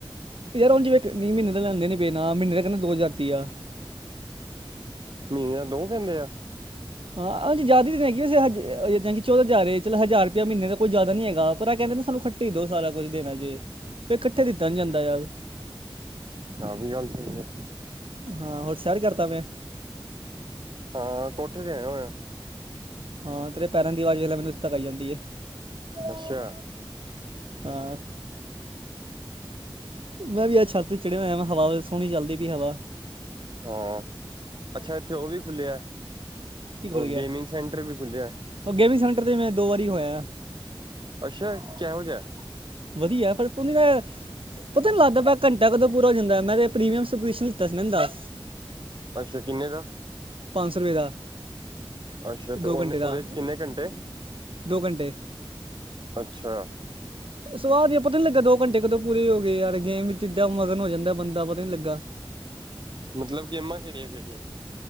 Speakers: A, on the right; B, on the right.
A: ਫੇਰ ਹੁਣ ਜਿਵੇਂ ਇੱਕ ਮਹੀਨੇ ਦਾ ਲੈਂਦੇ ਨਹੀਂ ਪਏ ਨਾ, ਮਹੀਨੇ ਦਾ ਦੋ ਹਜ਼ਾਰ ਰੁਪਈਆ।
B: ਮਹੀਨੇ ਦਾ ਦੋ ਹਜਾਰ ਲੈਆ।
A: ਹਾਂ। ਜ਼ਿਆਦਾ ਇਹ ਤਾਂ ਹੈਗੀ ਹੈ ਵੈਸੇ, ਜਿਦਾਂ ਕਿ ਚੌਦਾਂ ਹਜ਼ਾਰ ਹੈ। ਚੱਲ ਹਜ਼ਾਰ ਰੁਪਇਆ ਮਹੀਨੇ ਦਾ ਜ਼ਿਆਦਾ ਨਹੀਂ ਹੈਗਾ। ਪਰ ਆ ਕਹਿੰਦੇ ਸਾਨੂੰ। ਇੱਕਠੇ ਦਿਓ ਸਾਰਾ ਕੁਛ ਦੇਣਾ ਜੇ। ਫੇਰ ਇਕੱਠਾ ਦਿੱਤਾ ਨੀ ਜਾਂਦਾ ਯਾਰ।
B: ਆਹ ਵੀ ਗੱਲ ਸਹੀ ਹੈ।
A: ਹਾਂ। ਹੋਰ ਸੈਰ ਕਰਦਾ ਮੈਂ।
B: ਹਾਂ। ਕੋਠੇ ਤੇ ਆਏ ਹੋਇਆ।
A: ਹਾਂ, ਤੇਰੇ ਪੈਰਾਂ ਦੀ ਆਵਾਜ਼ ਲੇ ਮੈਨੂੰ ਇਥੇ ਤੱਕ ਆਈ ਜਾਂਦੀ ਐ।
B: ਅੱਛਾ।
A: ਆਹ। ਮੈਂ ਵੀ ਅੱਜ ਛੱਤ ਤੇ ਚੜਿਆ ਹੋਇਆ, ਹਵਾ ਸੋਹਣੀ ਚੱਲਦੀ ਪਈਆ ਹਵਾ।
B: ਹਾਂ, ਅੱਛਾ ਇੱਥੇ ਉਹ ਵੀ ਖੁੱਲਿਆ
A: ਕੀ ਖੁੱਲ ਗਿਆ
B: ਗੇਮਿੰਗ ਸੈਂਟਰ ਵੀ ਖੁੱਲ੍ਹਿਆ।
A: ਉਹ ਗੇਮਿੰਗ ਸੈਂਟਰ ਤੇ ਮੈਂ ਦੋ ਵਾਰੀ ਹੋਇਆ।
B: ਅੱਛਾ, ਕਿਹੋ ਜਿਹਾ।
A: ਵਧੀਆ ਪਰ ਉਹ ਨਾ। ਪਤਾ ਨਹੀਂ ਲੱਗਦਾ ਪਿਆ ਘੰਟਾ ਕਦੋਂ ਪੂਰਾ ਹੋ ਜਾਂਦਾ ਮੈਂ ਤੇ ਪ੍ਰੀਮੀਅਮ ਸੁਪਸ਼ਨ ਲਿੱਤਾ ਸੀ ਇਹਨਾਂ ਦਾ।
B: ਅੱਛਾ, ਕਿੰਨੇ ਦਾ।
A: ਪੰਜ ਸੌ ਰੁਪਏ ਦਾ।
B: ਅੱਛਾ ਤੇ
A: ਦੋ
B: ਉਹਨੇ
A: ਘੰਟੇ ਦਾ
B: ਉਹਦੇ ਚ ਕਿੰਨੇ ਘੰਟੇ
A: ਦੋ ਘੰਟੇ
B: ਅੱਛਾ।
A: ਸਵਾਦ ਹੀ ਪਤਾ ਨੀ ਲੱਗਾ, ਦੋ ਘੰਟੇ ਕਦੋਂ ਪੂਰੇ ਹੋ ਗਏ ਯਾਰ ਗੇਮ ਵੀ ਇੱਡਾ ਮਗਨ ਹੋ ਜਾਂਦਾ ਬੰਦਾ ਪਤਾ ਨੀ ਲੱਗਾ।
B: ਮਤਲਬ ਗੇਮਾਂ ਕਿਹੜੀਆਂ ਖੇਡਣੀਆਂ।